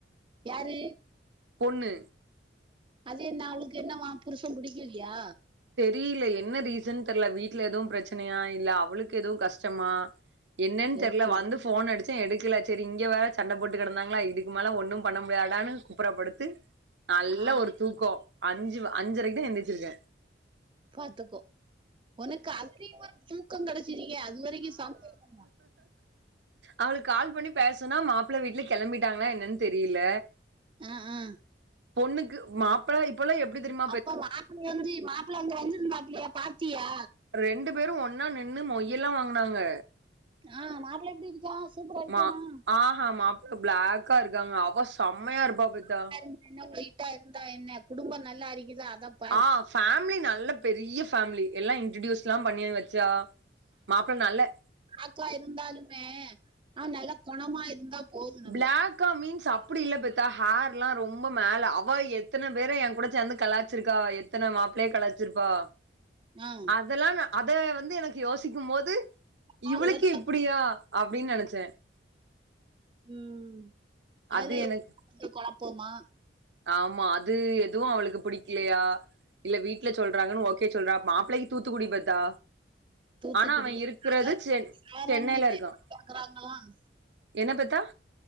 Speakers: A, on the right; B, on the right.
A: யாரு
B: பொண்ணு
A: அது என்ன அவுளுக்கு என்னாவா புருஷன் புடிக்கலயா
B: தெரில என்ன ரீசன் தெர்ல வீட்ல எதுவு பிரச்சனையா இல்ல அவுளுக்கு எதுவு கஷ்டமா என்னென்
A: சேர்த்து
B: தெர்ல வந்து போன் அடிச்ச எடுக்கல செரி இங்க வேற சண்ட போட்டு கெடந்தாங்ளா இதுக்கு மேல ஒன்னு பண்ண முடியாடான்னு குப்பற படுத் து நல்ல
A: ஆ
B: ஒரு தூக்கோ அஞ்சு அஞ்சரைக்கு தா எந்திரிச்சிருக்க
A: பாத்துக்கோ உனக்கு அதுலயு ஒரு தூக்கோ கெடைச்சிருக அது வரைக்கு சந்தோஷோ
B: அவளுக் கால் பண்ணி பேசுன்னா மாப்ள வீட்ல கெளம்பிட்டாங்ளா என்னென் தெரில
A: ஆ ஆ
B: பொண்ணுக்கு மாப்ள அப்பல எப்டி தெரிமா
A: அப்ப மாப்பிள வந்து மாப்பிள்ள அங்க வந்துருந்தபிளையா பாத்தியா
B: ரெண்டு பேரு ஒன்னா நின்னு மொய்யலா வாங்குனாங்க
A: ஆ மாப்பிள்ள எப்டி இருக்கான் சூப்பரா இருக்கனா
B: மா ஆஹா மாப்ள பிளாக்கா இருக்காங்க அவ செம்மையா இருப்பா அப்பத்தா
A: ஒயிட்டா இருந்தா என்ன யொட்டா இருந்தா என்ன குடும்போ நல்லா இருக்கிதா அத பாரு
B: ஆ ஃபேமிலி நல்ல பெரிய ஃபேமிலி எல்லா இன் இன்டர்டியூஸெல்லா பண்ணி வெச்சா மாப்ள நல்ல
A: அக்கா இருந்தாலுமே ஆ நல்லா குணமா இருந்தா போதும் நமக்கு
B: பிளாக் க்கா மீன்ஸ் அப்டி இல்ல பெத்தா ஹேரெல்லா ரொம்ப மேல அவா எத்தன பேர என் கூட சேந்து கலாச்சிருக்கா எ எத்தன மாப்ளய கலாச்சிருப்பா
A: ஆஹ்
B: அதெல்லா நா அத வந்து எனக்கு யோசிக்கும்போது
A: ஆஹ்
B: இவளுக்கு
A: ஒருத்த
B: இப்டியா அப்டின்னு நெனைச்ச
A: ம் அதுலே
B: அது எனக்கு
A: <inaudible> குழப்பமா
B: ஆமா அது எதுவு அவளுக்கு புடிக்லையா இல்ல வீட்ல சொல்றாங்கன்னு ஓகே சொ ல்றா மாப்பிள்ளைக்கு தூத்துக்குடி பெத்தா
A: தூத்துக்குடி
B: ஆனா அவன் இருக்கறது
A: நகை
B: சென்
A: சேரம்
B: சென்னைல
A: எல்லாம்
B: இருக்கான்
A: எப்படி கேக்குறாங்களாம்
B: என்ன பெத்தா